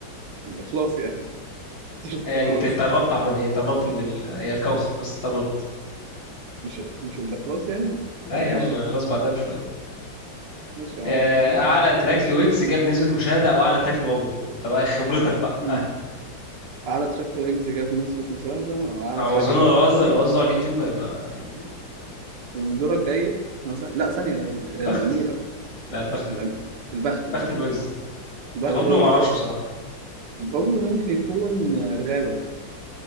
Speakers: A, on the right; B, on the left.
A: الاخلاص يعني <laughs> سيره
B: آه، يعني
A: الاخلاص
B: انت انت قربت عامة يعني انت قربت من ال... هي الكوثر بس انت قربت
A: مش مش الاخلاص يعني
B: لا
A: ماشي
B: يا عم أنا خلاص بعدها بشوية
A: ماشي يا
B: آه،
A: عم المهم
B: اعلى تراك لويجز جاب نسبة مشاهدة او اعلى تراك لبابلو انت بقى خبرتك بقى
A: مم. اعلى تراك ويجز جاب نسبه مشاهده أو اعلى
B: على
A: تراك
B: ما اظن
A: لبابلو
B: لو وزع لو وزع على اليوتيوب هيبقى يعني
A: والدور الجاي مثلا لا ثانيه الاميره
B: بخت لا البخت
A: الأم... البخت
B: بخت
A: البخت
B: الويجز
A: البخت
B: اللي بابلو
A: الويجز
B: ما اعرفش
A: باب-
B: بصراحه
A: بابلو ممكن يكون الغابه